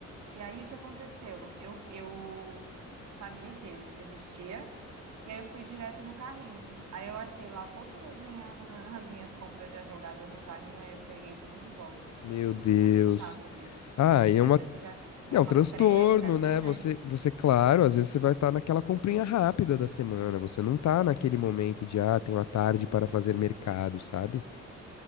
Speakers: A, on the right; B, on the left.
A: E aí o que aconteceu? Eu, eu sabia que isso existia, e aí eu fui direto no carrinho. Aí eu achei lá todas as minhas, <laughs> as minhas compras já jogadas no carrinho, aí eu peguei tudo de volta.
B: Meu Deus.
A: Mas é chato, viu? Porque
B: Ah,
A: você
B: e é
A: já,
B: uma
A: às vezes você já tá
B: É
A: com
B: um
A: uma
B: transtorno,
A: pressa ali,
B: né?
A: né?
B: Você, você, claro, às vezes você vai estar naquela comprinha rápida da semana, você não tá naquele momento de, ah, tenho a tarde para fazer mercado, sabe?